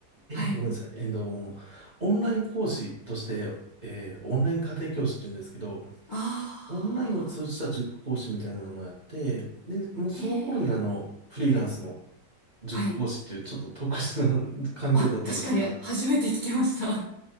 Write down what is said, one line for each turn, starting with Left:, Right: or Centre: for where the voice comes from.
Left: はい。
Right: ごめんなさい、えっと、オンライン講師として、えーオンライン家庭教師って言うんですけど、
Left: あ
Right: オンラインを通じた塾講師みたいなのもやって、で、もうその頃にあの、
Left: あ、へえ。
Right: フリーランスの塾講師っていうちょっと特殊な
Left: はい。
Right: <laughs> 環境だったんですけど、
Left: あ、確かに初めて聞きました。